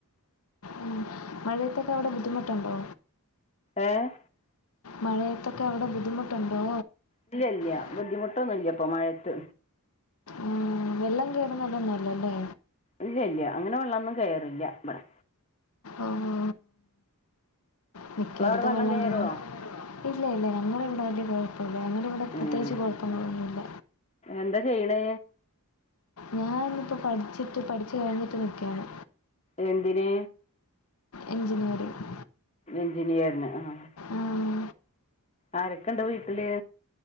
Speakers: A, on the left; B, on the left.
A: ഉം മഴയത്തൊക്കെ അവിടെ ബുദ്ധിമുട്ടുണ്ടോ
B: ഏഹ്
A: മഴയത്തൊക്കെ അവിടെ ബുദ്ധിമുട്ടുണ്ടോ
B: ഇല്ല ഇല്ല
A: ബുദ്ധിമുട്ടൊന്നുമില്ല
B: ബുദ്ധിമുട്ടൊന്നുംല്ല ഇപ്പ മഴയത്ത്
A: ആഹ് വെള്ളം കയറുന്നിടം ഒന്നുമല്ലല്ലേ
B: ഇല്ലല്ല അങ്ങനെ വെള്ളന്നും കയറില്ല ഇവിടെ
A: ഓഹ് മിക്കടുത്തും
B: നിങ്ങളവിടെ
A: വെള്ളം
B: കയറുമോ
A: കയറി ഇല്ല ഇല്ല ഞങ്ങള ഇവിടെ വലിയ കുഴപ്പല്ല ഞങ്ങള ഇവിടെ പ്രത്യേകിച്ച്
B: ഉം.
A: കുഴപ്പങ്ങളൊന്നുമില്ല
B: എന്താ ചെയ്യണെ
A: ഞാനിപ്പോ പഠിച്ചിട്ട് പഠിച്ചു കഴിഞ്ഞിട്ട് നിക്കുകയാണ്
B: എന്തിന്
A: എഞ്ചിനീയറിംഗ്
B: എഞ്ചിനീയറിന് ആഹ്
A: ആഹ്
B: ആരൊക്കെണ്ട് വീട്ടില്